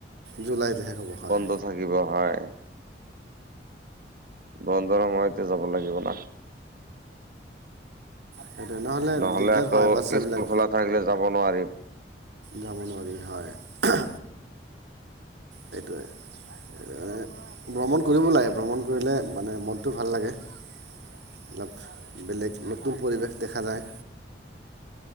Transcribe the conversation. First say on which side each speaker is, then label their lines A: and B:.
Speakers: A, on the right; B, on the right.
A: জুলাইত শেষ হ'ব হয়
B: বন্ধ থাকিব হয়। বন। জুলাই মাহতে যাব লাগিব না?
A: সেইটোৱে
B: নহলে
A: দিগদাৰ
B: আকৌ
A: হয় বাচ্ছাবিলাক
B: স্কুল খোলা থাকিলে যাব নোৱাৰিম। <inaudible>
A: যাব নোৱাৰি হয়। সেইটোৱে ভ্ৰমণ কৰিব লাগে ভ্ৰমণ কৰিলে মানে মনটো ভাল লাগে। অলপ বেলেগ নতুন পৰিৱেশ দেখা যায়।